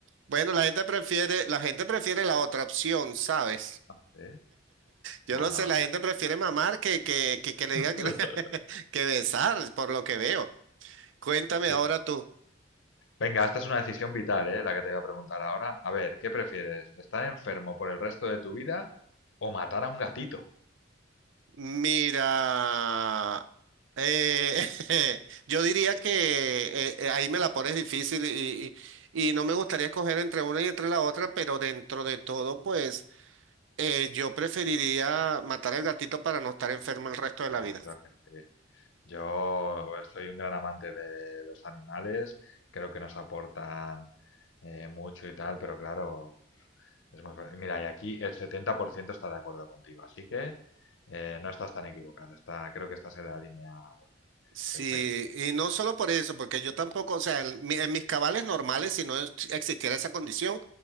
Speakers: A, on the right; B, on the left.
A: Bueno, la gente prefiere, la gente prefiere la otra opción, ¿sabes?
B: ah, ¿Sí?
A: Yo
B: Bueno,
A: no sé, la gente prefiere mamar que, que, que, que le
B: <laughs>
A: digan que, <laughs> que besar, por lo que veo. Cuéntame
B: sí,
A: ahora
B: sí.
A: tú.
B: Venga, esta es una decisión vital, ¿eh? La que te voy a preguntar ahora. A ver, ¿qué prefieres? ¿Estar enfermo por el resto de tu vida o matar a un gatito?
A: Mira, eh, <laughs> yo diría que eh, eh, ahí me la pones difícil y, y- y no me gustaría escoger entre una y entre la otra, pero dentro de todo, pues eh, yo preferiría matar al gatito para no estar enfermo el resto de
B: Yo
A: la vida.
B: creo que sí. Yo soy un gran amante de los animales, creo que nos aportan eh, mucho y tal, pero claro, es muy... fácil. Mira, y aquí el 70% está de acuerdo contigo, así que eh, no estás tan equivocado, está, creo que estás en la línea buena.
A: Sí,
B: Perfecto,
A: y no solo por eso, porque yo tampoco, o sea, en, mi- en mis cabales normales, si no es- existiera esa condición,